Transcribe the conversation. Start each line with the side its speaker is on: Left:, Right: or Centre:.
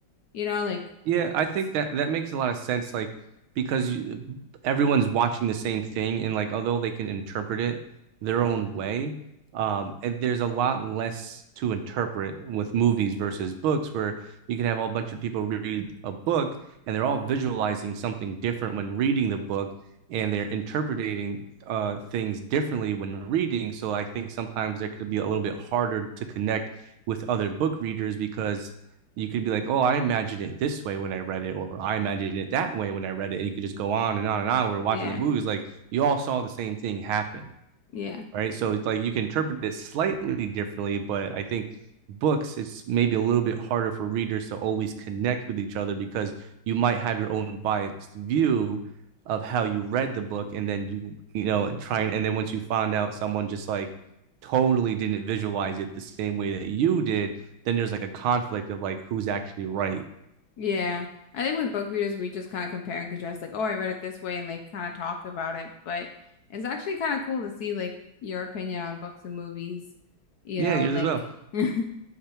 Left: You know, like
Right: Yeah, I think
Left: s-
Right: that that makes a lot of sense, like because you, everyone's watching the same thing, and like although they can interpret it their own way, um, and there's a lot less to interpret with movies versus books, where you can have a bunch of people read a book and they're all visualizing something different when reading the book, and they're interpreting uh things differently when reading. So I think sometimes there could be a little bit harder to connect with other book readers because you could be like, oh, I imagined it this way when I read it, or I imagined it that way when I read it. And you could just go on and on and on. We're watching
Left: yeah,
Right: the movies, like you all saw the same thing happen
Left: yeah.
Right: right? So it's like you can interpret it slightly differently, but I think books, it's maybe a little bit harder for readers to always connect with each other because you might have your own biased view of how you read the book, and then you, you know, and try and and then once you find out someone just like totally didn't visualize it the same way that you did, then there's like a conflict of like who's actually right.
Left: Yeah. I think with book readers, we just kind of compare and contrast, like, oh, I read it this way, and like kind of talk about it. But it's actually kind of cool to see like your opinion on books and movies, you
Right: Yeah,
Left: know,
Right: yours
Left: and like
Right: as well.
Left: <laughs> and